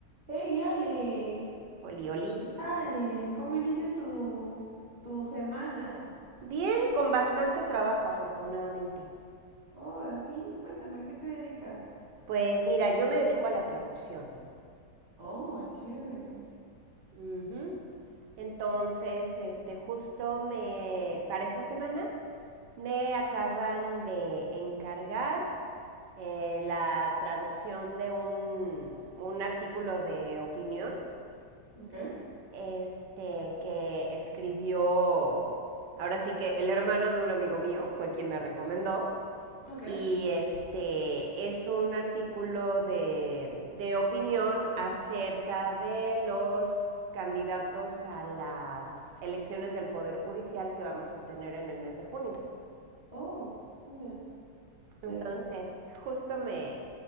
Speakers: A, on the right; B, on the right.
A: Hey, Ale,
B: Oli, oli.
A: ¿qué tal? ¿Cómo inicias tu, tu semana?
B: Bien, con bastante trabajo, afortunadamente.
A: Oh, sí, cuéntame, ¿a ¿qué te dedicas?
B: Pues mira, yo me dedico a la traducción.
A: Oh, chévere.
B: Ujú. Entonces, este, justo me, para esta semana, me acaban de encargar eh, la traducción de un, un artículo de opinión,
A: Ok,
B: este, que escribió, ahora sí que el hermano de un amigo mío fue quien me recomendó,
A: ok.
B: y este es un artículo de, de opinión acerca de los candidatos a las elecciones del Poder Judicial que vamos a tener en el mes de junio.
A: Oh, mira,
B: Entonces,
A: interesante.
B: justo me,